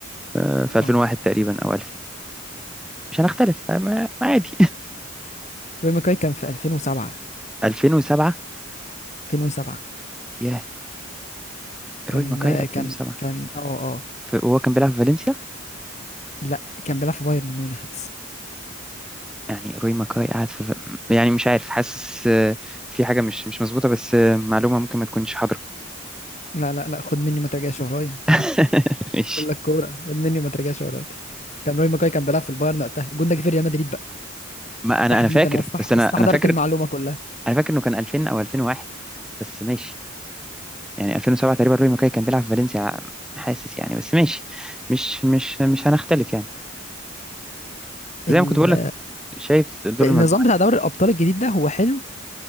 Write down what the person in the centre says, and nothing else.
آه، في 2001
تقريبا أو 2000 مش هنختلف آه، ما- ما عادي
<laughs> 2007
ياه روي
ماكاي 2007
ف- وهو كان بيلعب في فالنسيا
يعني روي ماكاي قاعد في يعني مش عارف حاسس آه، في حاجة مش مش مظبوطة بس آه، معلومة ممكن ما تكونش حاضرة
<laughs> ماشي
ما انا
انا فاكر
بس انا
انا فاكر
انا فاكر انه كان 2000 او 2001 بس ماشي يعني 2007 تقريبا روي ماكاي كان بيلعب في فالنسيا حاسس يعني بس ماشي مش مش مش هنختلف يعني زي
ما كنت بقول لك شايف دور
المجموعة